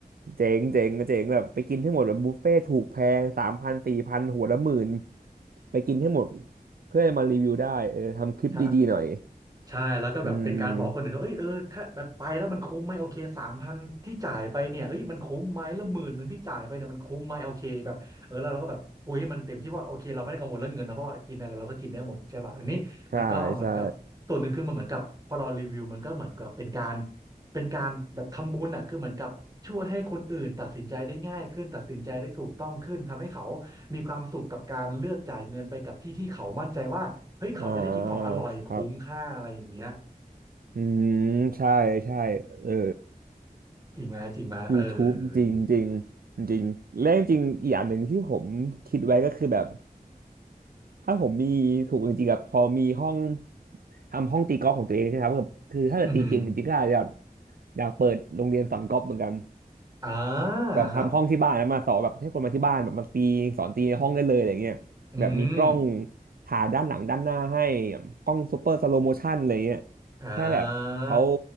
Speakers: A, on the right (about 75°); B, on the right (about 25°).
A: เจ๋งเจ๋งเจ๋งแบบไปกินให้หมดแบบบุฟเฟ่ถูกแพงสามพันสี่พันหัวละหมื่นไปกินให้หมดเพื่อจะมารีวิวได้เออทำคลิปดีๆหน่อย
B: ใช่ ใช่แล้วก็แบบเป็นการบอกคนอื่นว่าเอ้ยเออถ้าแบบไปแล้วมันคุ้มไหมโอเคสามพันที่จ่ายไปเนี่ยเอ้ยมันคุ้มไหมแล้วหมื่นหนึ่งที่จ่ายไปเนี่ยมันคุ้มไหมโอเคแบบเออแล้วเราก็แบบคุยให้มันเต็มที่ว่าโอเคเราไม่ได้กังวลเรื่องเงินนะเพราะว่ากินอะไรเราก็กินได้หมดใช่ป่ะอันนี้มันก็เหมือนกับส่วนหนึ่งคือมันเหมือนกับพอเรารีวิวมันก็เหมือนกับเป็นการ
A: อืมใช่ใช่
B: เป็นการแบบทำบุญอ่ะคือเหมือนกับช่วยให้คนอื่นตัดสินใจได้ง่ายขึ้นตัดสินใจได้ถูกต้องขึ้นทำให้เขา มีความสุขกับการเลือกจ่ายเงินไปกับที่ที่เขามั่นใจว่า เฮ้ย เขาจะได้กินของอร่อยคุ้มค่าอะไรอย่างเงี้ย
A: อ่าครับอืมใช่ใช่เออ
B: จริงไหมจริงไหมเออ
A: YouTube จริงจริงจริงและจริงอีกอย่างหนึ่งที่ผมคิดไว้ก็คือแบบถ้าผมมีถูกจริงๆกับพอมีห้องทำห้องตีกอล์ฟของตัวเองใช่ไหมครับแบบคือถ้าเกิดตีเก่งจริงๆก็อาจจะแบบ
B: อืมอหือ
A: อยากเปิดโรงเรียนสอนกอล์ฟเหมือนกัน
B: อ่า
A: แบบทำห้องที่บ้านแล้วมาสอนแบบให้คนมาที่บ้านแบบมาตีสอนตีในห้องได้เลยอะไรเงี้ยแบบมีกล้อง
B: ครับ อืม
A: ถ่ายด้านหลังด้านหน้าให้กล้องซูเปอร์สโลโมชันอะไรเงี้ย
B: อ่า
A: เพื่อให้แบบเขา